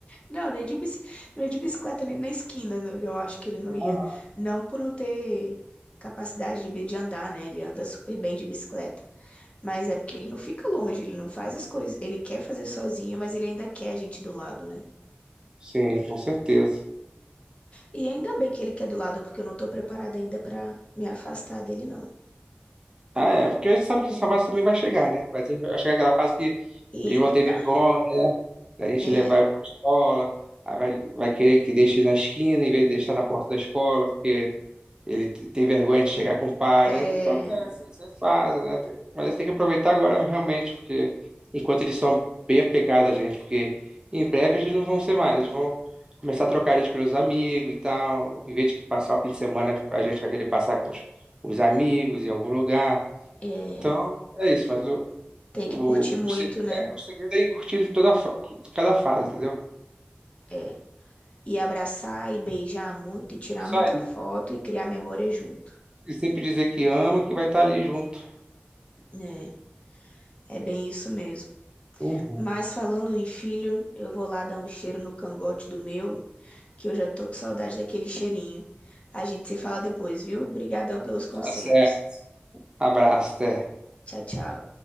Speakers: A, on the left (about 30°); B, on the right (about 20°).
A: Não, nem de, bici- nem de bicicleta, nem na esquina, né? eu acho que ele não ia.
B: Aham.
A: Não por não ter capacidade de, bi- de andar, né? Ele anda super bem de bicicleta. Mas é porque ele não fica longe, ele não faz as coisas. Ele quer fazer sozinho, mas ele ainda quer a gente do lado, né?
B: Sim, com certeza.
A: E ainda bem que ele quer do lado, porque eu não tô preparada ainda pra me afastar dele, não.
B: Ah, é, porque a gente sabe que essa fase também vai chegar, né? Vai, ter- vai chegar aquela fase que
A: Eita.
B: eles vão ter vergonha, né? Da gente
A: É,
B: levar ele pra escola, aí vai, vai querer que deixe na esquina em vez de deixar na porta da escola, porque ele t- tem vergonha de chegar com o pai,
A: é,
B: né? Isso acontece, isso é fase, né? Tem- Mas tem que aproveitar agora realmente, porque enquanto eles são bem apegados a gente, porque em breve eles não vão ser mais, eles vão começar a trocar a gente pelos amigos e tal, em vez de passar o fim de semana, a gente vai querer passar com os, com os amigos em algum lugar.
A: é.
B: Então, é isso, mas o,
A: Tem
B: o,
A: que curtir muito,
B: o, se-
A: né?
B: é, o segredo é ir curtindo toda a fa- cada fase, entendeu?
A: É. E abraçar e beijar muito, e tirar
B: Isso
A: muita
B: aí.
A: foto e criar memória junto.
B: E sempre dizer que ama, que vai estar ali junto.
A: né é bem isso mesmo.
B: Uhum.
A: Mas falando em filho, eu vou lá dar um cheiro no cangote do meu, que eu já tô com saudade daquele cheirinho. A gente se fala depois, viu? Obrigadão pelos conselhos.
B: Tá certo. Abraço, até.
A: Tchau, tchau.